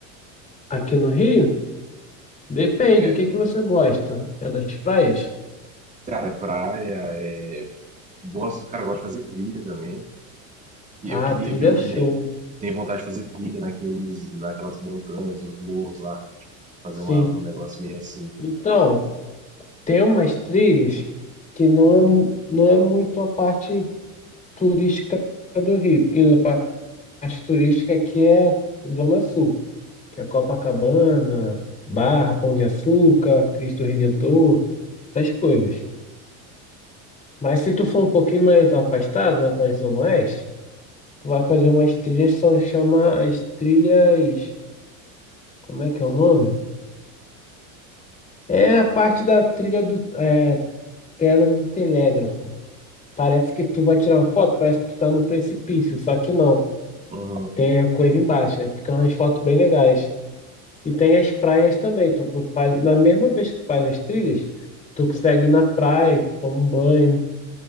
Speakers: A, on the left; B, on the right.
A: Aqui no Rio? Depende,
B: É,
A: o que que você gosta? É das praias?
B: cara, é praia, é... Gosto, cara, eu gosto de fazer trilha também. E
A: Ah,
B: Eu queria,
A: trilha
B: meu,
A: show.
B: minha, tenho vontade de fazer trilha naqueles, naquelas montanhas, os morros lá, tipo, fazer
A: Sim.
B: uma, um negócio meio assim.
A: Então, tem umas trilhas que não é, mu- não é muito a parte turística do Rio, porque a parte turística aqui é Zona Sul, que é Copacabana, Barra, Pão de Açúcar, Cristo Redentor, essas coisas. Mas se tu for um pouquinho mais afastado, lá para a Zona Oeste, tu vai fazer umas trilhas que são chama as trilhas. Como é que é o nome? É a parte da trilha do é, Pedra do Telégrafo. Parece que tu vai tirar uma foto, parece que tu tá no precipício, só que não.
B: Uhum.
A: Tem a coisa embaixo, aí ficam umas fotos bem legais. E tem as praias também. Tu pro- faz, na mesma vez que tu faz as trilhas, tu consegue ir na praia, tu toma um banho,